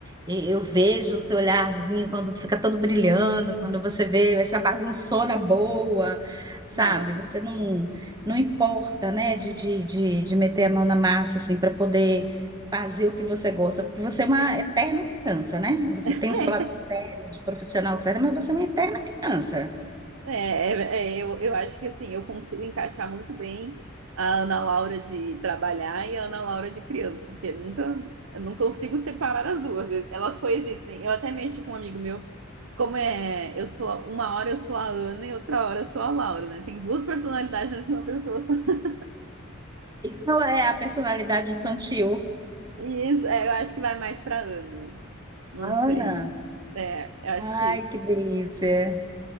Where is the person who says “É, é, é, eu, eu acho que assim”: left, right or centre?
Right